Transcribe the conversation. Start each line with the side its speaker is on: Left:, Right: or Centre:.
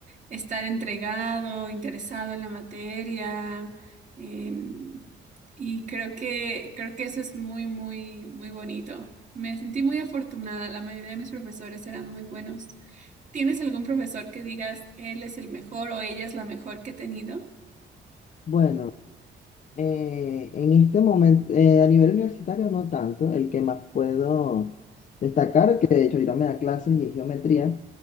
Right: estar entregado, interesado en la materia. em, y creo que, creo que eso es muy, muy, muy bonito. Me sentí muy afortunada, la mayoría de mis profesores eran muy buenos. ¿Tienes algún profesor que digas él es el mejor o ella es la mejor que he tenido?
Left: Bueno. Eh, en este momento, eh, a nivel universitario no tanto, el que más puedo destacar, que de hecho ahorita me da clases y es geometría,